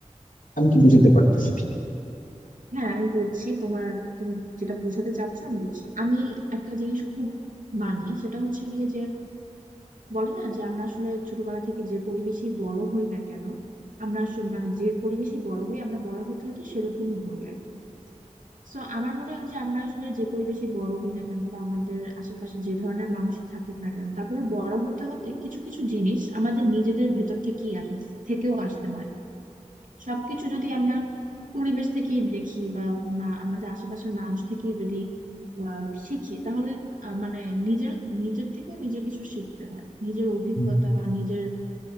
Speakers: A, on the left (about 85°); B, on the right (about 85°).
A: আমি কি বুঝতে পারতেছি না।
B: হ্যাঁ আমি বলছি তোমার তুমি যেটা বোঝাতে চাচ্ছ আমি বুঝছি আমি একটা জিনিস খুব মানি সেটা হচ্ছে গিয়ে যে বলে না যে আমরা আসলে ছোটবেলা থেকে যে পরিবেশে বড় হই না কেন আমরা আসলে মানে যে পরিবেশে বড় হই আমরা বড় হতে হতে সেরকম হই আর কি তো আমার মনে হয় যে আমরা আসলে যে পরিবেশে বড় হই না কেন বা আমাদের আশেপাশে যে ধরনের মানুষ থাকুক না কেন তারপরে বড় হতে হতে কিছু কিছু জিনিস আমাদের নিজেদের ভেতর থেকেই আস থেকেও আসতে হয় সবকিছু যদি আমরা পরিবেশ থেকেই দেখি বা মা- আমাদের আশেপাশের মানুষ থেকেই যদি আহ, শিখি তাহলে আহ, মানে নিজের নিজের থেকেও নিজের কিছু শিখতে হয় নিজের অভিজ্ঞতা
A: হুম।
B: বা নিজের